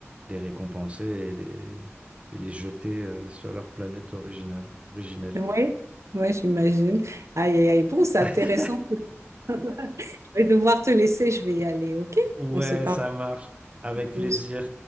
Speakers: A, on the right; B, on the right.
A: les récompenser et les, et les jeter euh, sur leur planète originale, originelle.
B: Oui, ouais, j'imagine. Aïe, aïe, aïe. Bon, c'est intéressant.
A: <laughs>
B: <laughs> Je vais devoir te laisser, je vais y aller, ok?
A: Ouais,
B: On se parle
A: ça marche. Avec
B: plus.
A: plaisir.